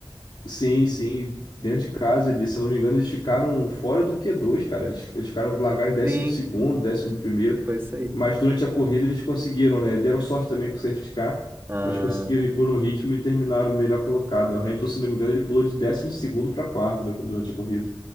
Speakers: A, on the left; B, on the right.
A: Sim, sim, dentro de casa ali, se eu não me engano, eles ficaram fora do Q2, cara. Eles, eles ficaram, largaram em décimo
B: Sim,
A: segundo décimo primeiro
B: foi isso aí.
A: mas durante a corrida eles conseguiram, né? Deram sorte também com o safety car,
B: Ah,
A: mas conseguiram impor um ritmo e terminaram melhor colocado, né? O Hamilton, se não me engano, ele pulou de décimo segundo para quarto, né, durante a corrida.